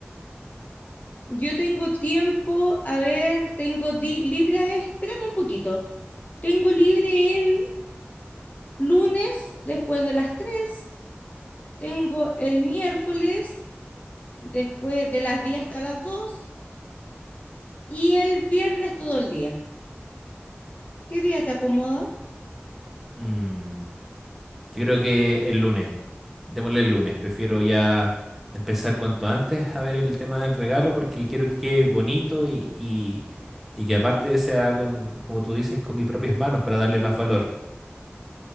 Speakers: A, on the left (about 35°); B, in the centre.
A: Yo tengo tiempo, a ver, tengo di- libre, a ver, espérame un poquito, tengo libre el lunes después de las tres tengo el miércoles después de las 10 hasta las 2 y el viernes todo el día. ¿Qué día te acomoda?
B: Mm, yo creo que el lunes, démosle el lunes, prefiero ya empezar cuanto antes a ver el tema del regalo porque quiero que quede bonito y, y, y que aparte sea con, como tú dices, con mis propias manos para darle más valor.